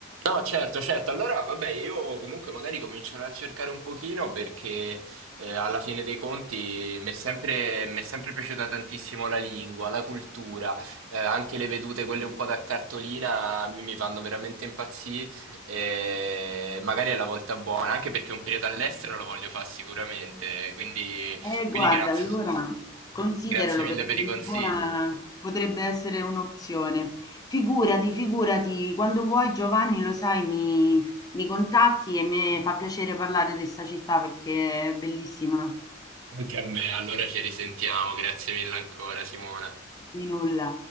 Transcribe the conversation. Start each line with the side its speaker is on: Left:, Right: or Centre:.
Right: No, certo, certo. Allora, vabbè, io comunque magari comincerò a cercare un pochino perché eh, alla fine dei conti mi è sempre, mi è sempre piaciuta tantissimo la lingua, la cultura, eh, anche le vedute, quelle un po' da cartolina, mi, mi fanno veramente impazzire. eh, magari è la volta buona, anche perché un periodo all'estero lo voglio fare sicuramente. Quindi,
Left: Eh,
Right: quindi
Left: guarda,
Right: grazie,
Left: allora consideralo
Right: grazie mille
Left: perché
Right: per
Left: Lisbona
Right: i consigli.
Left: potrebbe essere un'opzione. Figurati, figurati, quando vuoi Giovanni, lo sai, mi, mi contatti e mi fa piacere parlare di questa città perché è bellissima.
Right: Anche a me, allora ci risentiamo. Grazie mille ancora, Simona.
Left: Di nulla.